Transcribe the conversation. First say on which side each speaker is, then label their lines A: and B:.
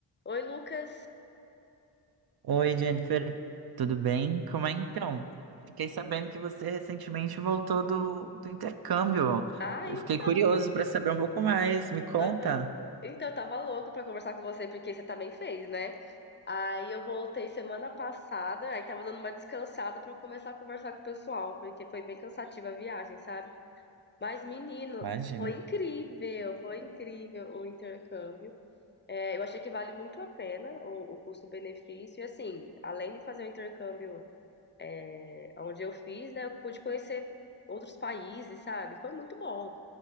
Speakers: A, on the left; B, on the right.
A: Oi, Lucas.
B: Oi, Jennifer, tudo bem? Como é então? Fiquei sabendo que você recentemente voltou do, do intercâmbio.
A: Ai,
B: Eu fiquei curioso para saber um pouco mais. Me conta.
A: aham. Então, eu tava louca pra conversar com você porque você também fez, né? Aí eu voltei semana passada, aí tava dando uma descansada pra começar a conversar com o pessoal, porque foi bem cansativa a viagem, sabe? Mas, menino,
B: Imagina.
A: foi incrível, foi incrível o intercâmbio. É, eu achei que vale muito a pena o, o custo-benefício. E assim, além de fazer o intercâmbio é, onde eu fiz, né, eu pude conhecer outros países, sabe? Foi muito bom.